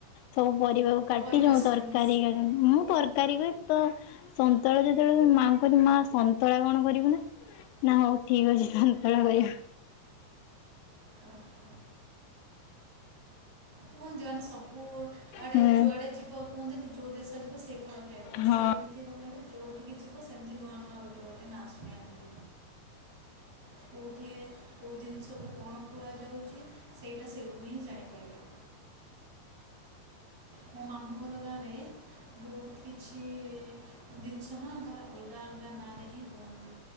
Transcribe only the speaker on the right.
ପରିବା
ସବୁ
ମିଶିକି
ଓହୋ। କୁହନ୍ତି ମାନେ ସବୁଆଡ଼େ
ଯୁଆଡ଼େ ଯିବ କୁହନ୍ତିନି ଯେଉଁ ଦେଶ ଯିବ ସେଇ ଫଳ ଖାଇବ ତ
ସେ ଏମିତି ନୁହେ ଯଉଠିକି ଯିବ ସେମିତି ନୂଆ ନୂଆ ଗୋଟେ ଗୋଟେ ନା ଶୁଣିବା କୁ କେଉଁଠି କୋଉ ଜିନିଷକୁ କଣ କୁହାଯାଉଛି ସେଇଟା ସେଇଠୁ ହିଁ ଜାଣିପାରିବା। ମୋ ମାମୁଁ ଘର ଗାଁ ରେ। ବହୁତ କିଛି ଜିନିଷ ନା ମାନେ ଅଲଗା ଅଲଗା ନାଁରେ ହିଁ କୁହନ୍ତି।